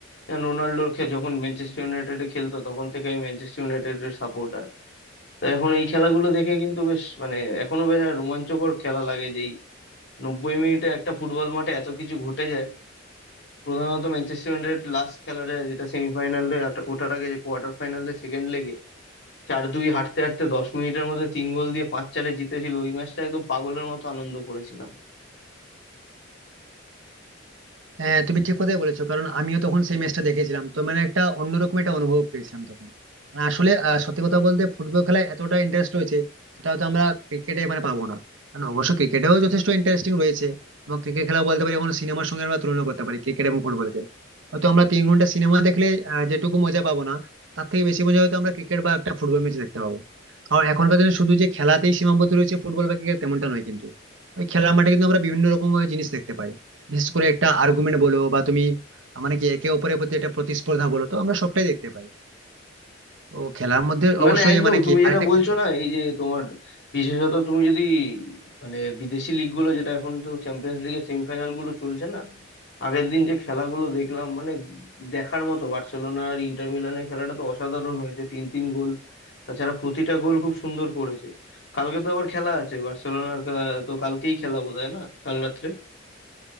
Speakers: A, on the left; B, on the right.
A: যেমন রোনাল্ডোর খে- যখন ম্যানচেস্টার ইউনাইটেডে খেলতো তখন থেকে আমি ম্যানচেস্টার ইউনাইটেডের সাপোর্টার তো এখন এই খেলাগুলো দেখে কিন্তু বেশ মানে এখনো বেশ একটা রোমাঞ্চকর খেলা লাগে যে এই নব্বই মিনিটে একটা ফুটবল মাঠে এত কিছু ঘটে যায় প্রধানত ম্যানচেস্টার ইউনাইটেড লাস্ট খেলাটা যেটা সেমিফাইনালে ওঠার আগে যে কোয়ার্টার ফাইনালে সেকেন্ড লেগে চার দুই হাঁটতে হাঁটতে দশ মিনিটের মধ্যে তিন গোল দিয়ে পাঁচ চারে জিতেছিল ওই ম্যাচটা একদম পাগলের মতো আনন্দ করেছিলাম
B: হ্যাঁ তুমি ঠিক কথাই বলেছো কারণ আমিও তখন সেই ম্যাচটা দেখেছিলাম তো মানে একটা অন্যরকম একটা অনুভব পেয়েছিলাম তখন মানে আসলে আহ, সত্যি কথা বলতে ফুটবল খেলায় এতটা ইন্টারেস্ট রয়েছে যেটা হয়তো আমরা ক্রিকেটে মানে পাবো না কারণ অবশ্য ক্রিকেটেও যথেষ্ট ইন্টারেস্টিং রয়েছে এবং ক্রিকেট খেলা বলতে পারি এখন সিনেমার সঙ্গে আমরা তুলনা করতে পারি ক্রিকেট এবং ফুটবলকে হয়তো আমরা তিন ঘন্টা সিনেমা দেখলে আহ, যেটুকু মজা পাবো না তার থেকে বেশি মজা হয়তো আমরা ক্রিকেট বা একটা ফুটবল ম্যাচ দেখতে পাবো কারণ এখনকার দিনে শুধু যে খেলাতেই সীমাবদ্ধ রয়েছে ফুটবল বা ক্রিকেট তেমনটা নয় কিন্তু ওই খেলার মাঠে কিন্তু আমরা বিভিন্ন রকম জিনিস দেখতে পাই বিশেষ করে একটা আর্গুমেন্ট বলো বা তুমি আহ, মানে কি একে অপরের প্রতি একটা প্রতিস্পর্ধা বলো তো আমরা সবটাই দেখতে পাই তো খেলার মধ্যে অবশ্যই
A: মানে একদম
B: মানে কি
A: তুমি
B: আরেকটা
A: যেটা বলছো
B: খেলা
A: না এই যে তোমার বিশেষত তুমি যদি মানে বিদেশি লিগ গুলো যেটা এখন তো চ্যাম্পিয়ন্স লিগের সেমিফাইনাল গুলো চলছে না আগের দিন যে খেলাগুলো দেখলাম মানে দেখার মতো বার্সেলোনা আর ইন্টার মিলানের খেলাটা তো অসাধারণ হয়েছে তিন তিন গোল তাছাড়া প্রতিটা গোল খুব সুন্দর করেছে কালকে তো আবার খেলা আছে বার্সেলোনার কা- তো কালকেই খেলা বোধহয় না কাল রাত্রে